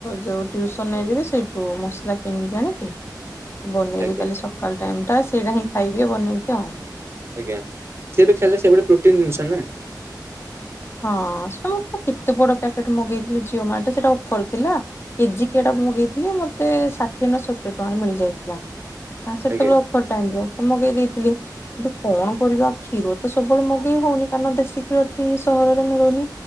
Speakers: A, on the left; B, on the right.
A: ଯୋଉ ଟ୍ଯୁଉସନ ନେଇଯିବେ ସେଇଠୁ ମସଲା କିଣିକି ଆଣିକି, ବନେଇବି
B: ଆଜ୍ଞା।
A: କାଲି ସକାଳ ଟାଇମ୍ ଟା ସେଇଟା ହିଁ ଖାଇବି ବନେଇକି ଆଉ
B: ଆଜ୍ଞା ସିଏବି ଖାଇଲେ ସେ ଗୋଟେ ପ୍ରୋଟିନ୍ ଜିନିଷ ନା
A: ହଁ ସେ କେତେ ବଡ ପ୍ୟାକେଟ୍ ମଗେଇଥିଲ ଜିଓ ମାର୍ଟ ସେଟା ଅଫର ଥିଲା। କେଜି କି ଆଟା ମଗେଇଥିଲି ମତେ ଷାଠିଏ ନା ସତୁରି ଟଙ୍କାରେ ମିଳିଯାଇଥିଲା ତା ସେତେବେଳେ
B: ଆଜ୍ଞା
A: ଅଫର ଟାଇମ୍ ରେ ତ ମଗେଇ ଦେଇଥିଲି। କିନ୍ତୁ କଣ କରିବା କ୍ଷୀର ତ ସବୁବେଳେ ମଗେଇ ହଉନି କାରଣ ଦେଶୀ କ୍ଷୀର ଠିକ୍ ସହରରେ ମିଳୁନି